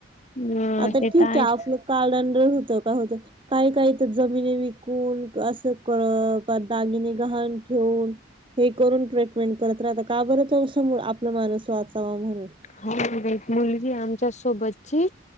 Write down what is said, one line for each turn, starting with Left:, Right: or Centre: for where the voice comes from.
Left: ह
Right: आता
Left: ते
Right: ठीक
Left: तर आहेच
Right: आहे आपलं. काडंडर होत काय होतं काही काही तर जमिनी विकून असं कर पा दागिने गव्हाण ठेवून. हे करून ट्रीटमेंट करत राहता का बर अस आपला मानुस वाचावा म्हणून.
Left: हो ग बाई मुलगी आमच्या सोबतची.